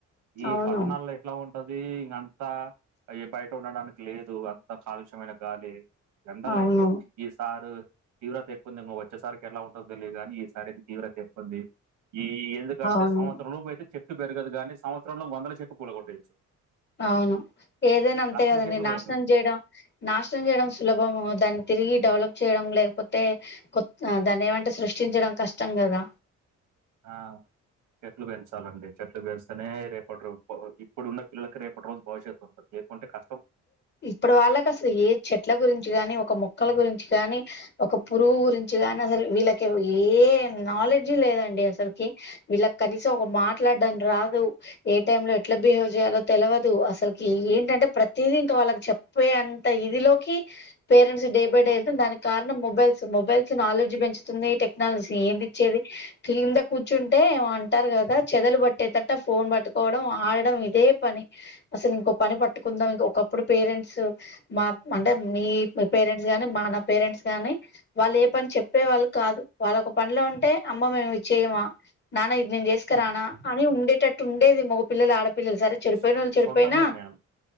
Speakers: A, on the right; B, on the left.
A: ఈ
B: అవును
A: పట్టణాల్లో ఎట్లా ఉంటద్ దీ ఇంగంతా అయ్ బయట ఉండడానికి లేదు అంత కాలుష్యమైన గాలి ఎండాలయితే
B: అవును
A: ఈ సారు తీవ్రత ఎక్కువుంది ఇం వచ్చేసారికి ఎలా ఉంటో తెలియదు గాని ఈ సారి అయితే తీవ్రత ఎక్కుంది ఈ ఎందుకంటే
B: అవును
A: సంవత్సరం లోపు అయితే చెట్టు పెరగదు గానీ సంవత్సరంలో వందల చెట్టు పూలగొట్టవచ్చు
B: అవును ఏదైనా అంతే
A: లక్షల
B: గదండి
A: చెట్లు
B: నాశనం
A: కూ-
B: చేయడం నాశనం చేయడం సులభము దాన్ని తిరిగి డెవలప్ చేయడం లేక్పోతే కొత్ దాన్నేమంటర్ సృష్టించడం కష్టం గదా
A: ఆ చెట్లు పెంచాలండి చెట్లు పెంచ్తేనే రేపటి రో ఇప్పుడు ఉన్న పిల్లలకి రేపటి రోజు భవిష్యత్తు ఉంటుది లేకుంటే కష్టం
B: ఇప్పుడి వాళ్ళకి అసల్ ఏ చెట్ల గురించి గానీ ఒక మొక్కల గురించి గాని ఒక పురుగు గురించి గానీ అసలు వీళ్ళకి ఏ నాలెడ్జ్ లేదండి అసల్కి వీళ్ళక్ కనీసం ఒక మాట్లాడానికి రాదు ఏ టైమ్ లో ఎట్ల బిహేవ్ చేయాలో తెలియదు అసల్కి ఏంటంటే ప్రతిదీ ఇంకా వాళ్ళక్ చెప్పే అంత ఇదిలోకి పేరెంట్స్ డే బై డే ఎంత దానికి కారణం మొబైల్స్ మొబైల్స్ నాలెడ్జ్ పెంచుతుంది టెక్నాలజీ ఏంది ఇచ్చేది క్రింద కూర్చుంటే ఏమో అంటార్ కదా చెదలు పట్టేటట ఫోన్ పట్టుకోవడం ఆడడం ఇదే పని అసల్ ఇంకో పని పట్టుకుందాం ఇంక ఒకప్పుడు పేరెంట్స్ మా అంటే మీ పేరెంట్స్ గాని మన పేరెంట్స్ గానీ వాళ్ళు ఏ పని చెప్పే వాళ్ళు కాదు వాళ్ళొక పనిలో ఉంటే అమ్మ మేము ఇ చేయమా నాన్న నేను చేస్క
A: ఉమ్.
B: రానా అని ఉండేటట్టు ఉండేది మగ పిల్లలు ఆడపిల్లలు సరే చెడిపోయిన
A: సొ-
B: వాళ్ళు చెడిపోయినా
A: సొంత నిర్ణయాలు